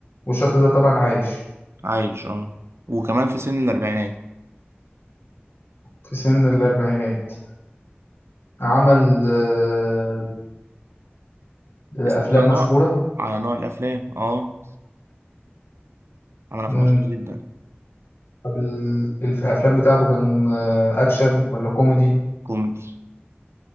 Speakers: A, on the left (about 65°); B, on the right (about 90°).
A: والشخص ده طبعا عايش
B: عايش اه وكمان في سن الأربعينات
A: في سن الأربعينات عمل آه، أفلام
B: اسأل على
A: مشهورة
B: نوع على نوع الأفلام اه عمل أفلام
A: مم.
B: مشهورة جدا
A: طب ال- الف- الأفلام بتاعته كان آه، أكشن ولا كوميدي
B: كوميدي